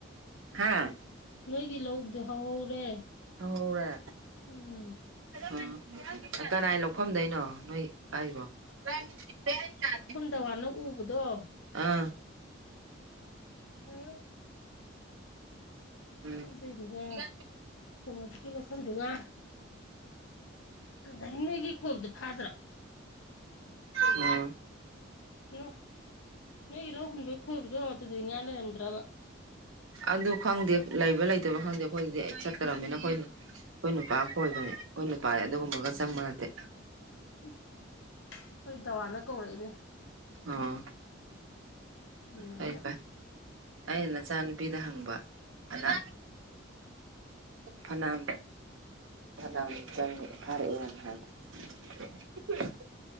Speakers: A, on the right (about 80°); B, on the left (about 70°).
A: ꯍꯥꯥ
B: ꯅꯣꯏꯒꯤ ꯂꯧꯗꫭ ꯍꯧꯍꯧꯔꯦ
A: ꯍꯧꯍꯧꯔꯦ
B: ꯎꯝ
A: ꯎꯝ ꯀꯅꯥꯏ ꯂꯧꯐꯝꯗꯩꯅꯣ ꯅꯣꯏ ꯍꯥꯏꯕꫭ <inaudible>
B: ꯗꯋꯥꯅ ꯎꯕꯗꯣ
A: ꯑꯥ
B: ꯍꯝ
A: ꯎꯝ
B: ꯑꯗꯨꯗꯨꯒ
A: ꯑꯣ
B: ꯁꫭꯃꫭꯖꯤꯠꯀꯤ ꯂꯧꯐꯝꯗꯨꯒ ꯑꯗꯨꯗꯒꯤ ꯅꯣꯏꯒꯤ ꯈꯣꯏꯕꯗꯣ ꯐꯥꯗ꯭ꯔꯣ
A: <unintelligible> ꯎꯝ
B: ꯅꯣ ꯅꯣꯏꯒꯤ ꯂꯧ ꯍꯨꯟꯕꯩ ꯈꯣꯏꯕꯗꯣ ꯑꯗꯨꯗꯗꯤ ꯉꯥ ꯂꯩꯔꯝꯗ꯭ꯔꯕ
A: ꯑꯗꯨ ꯈꯪꯗꯦ ꯂꯩꯕ ꯂꯩꯇꯕ ꯈꯪꯗꯦ ꯑꯩꯈꯣꯏꯗꯗꯤ ꯑꯩ ꯆꯠꯇꯔꯝꯅꯤꯅ ꯑꯩꯈꯣꯏꯅ ꯑꯩꯈꯣꯏ ꯅꯨꯄꯥ ꯈꫭꯏꯕꯅꯦ ꯑꯩꯈꯣꯏ ꯅꯨꯄꯥꯗꯤ ꯑꯗꯨꯒꯨꯝꯕꯒ ꯆꯪꯕ ꯅꯠꯇꯦ
B: ꯑꯩꯈꫭꯏ ꯗꯋꯥꯅ ꯀꯧꯔꯛꯏꯅꯦ
A: ꯑꯣ
B: ꯍꯟꯗ
A: ꯐꯩ ꯐꯩ ꯑꯩꯅ ꯅꯆꯥꯅꯨꯄꯤꯗ ꯍꯪꯕ ꯐꯅ ꯐꯅꯥꯝ ꯐꯅꯥꯝ ꯆꯪ ꯐꯔꯛꯑꯦꯅ ꯍꯥꯏꯕ